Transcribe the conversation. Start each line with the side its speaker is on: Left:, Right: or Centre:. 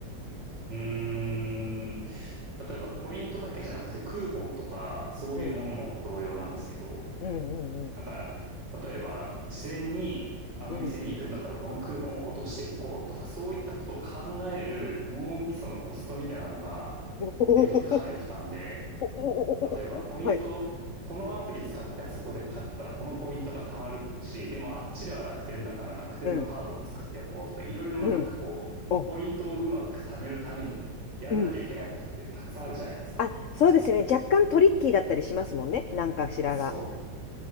Right: うーん、例えば、ポイントだけじゃなくて、クーポンとか、そういうものも同様なんですけど、
Left: うん。うんうんうん。
Right: なんか、例えば、事前に、あの店に行くんだったらこのクーポンを落としていこうとか、
Left: うん。
Right: そういったことを考える脳みそのコストみたいなのが、
Left: <laughs>
Right: 僕にとってかなり負担で、
Left: おお
Right: 例えば、ポイント、
Left: はい。
Right: このアプリ使ってあそこで買ったらこのポイントが貯まるし、でもあっちでは楽天だから楽天のカードも作っておこうとか、
Left: うん。
Right: いろいろなんかこう、
Left: うん。お、
Right: ポイントをうまく貯めるためにやんなきゃいけないことってたくさんあるじゃないですか。
Left: うん。あ、そうですね。若干トリッキーだったりしますもんね。なんかしらが。
Right: そう。